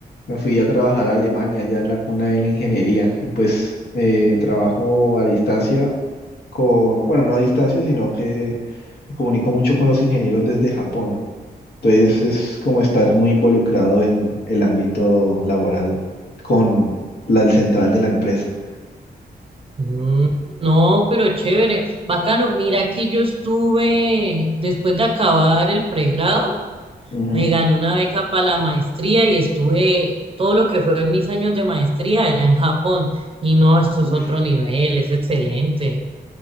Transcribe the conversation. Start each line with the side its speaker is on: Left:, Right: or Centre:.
Left: me fui a trabajar a Alemania, ya en la cuna de la ingeniería. Y pues eh, trabajo a distancia con, bueno, no a distancia, sino que me comunico mucho con los ingenieros desde Japón. Entonces es como estar muy involucrado en el ámbito laboral con la central de la empresa.
Right: Mm, no, pero chévere. Bacano, mira, aquí yo estuve, después de acabar el pregrado,
Left: Ujú.
Right: Me gané una beca para la maestría y estuve todo lo que fue mis años de maestría allá en Japón. Y no, eso
Left: Uf.
Right: es otro nivel, es excelente.